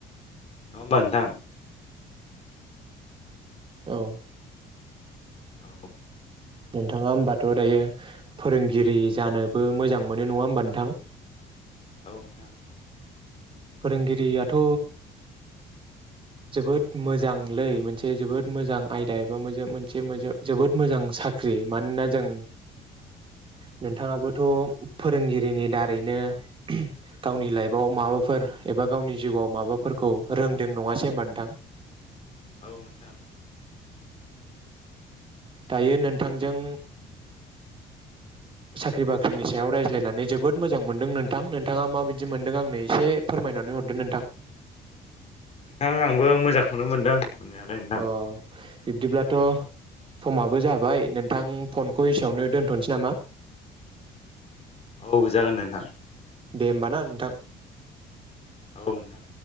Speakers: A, on the left; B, on the right.
A: नङा होमबा नोंथां
B: औ
A: औ
B: नोंथाङा होमबाथ' दायो फोरोंगिरि जानोबो मोजां मोनो नङा होमबा नोंथां
A: औ नोंथां
B: फोरोंगिरियाथ' जोबोद मोजांलै मोनसे जोबोद मोजां आयदा एबा मोजो मोनसे मोजो जोबोद मोजां साख्रि मानोना जों नोंथाङाबोथ' फोरोंगिरिनि दारैनो गावनि लाइफआव माबा फोर एबा गावनि जिउआव माबाफोरखौ रोंदों नङासै होमबा नोंथां
A: औ नोंथां
B: दायो नोनथांजों साख्रि बाख्रिनि सायाव रायज्लायनानै जोबोद मोजां मोनदों नोंथां नोंथाङा माबायदि मोनदों आंनो एसे फोरमायनानै हरदो नोंथां
A: नोंथां आंबो मोजांखौनो मोनदों मोननायालाय नोंथां
B: अ बिब्दिब्लाथ' समाबो जाबाय नोंथां फनखौ एसेयावनो दोनथ'नसै नामा
A: औ जागोन नोंथां
B: दे होमबा ना नोंथां
A: औ नोंथां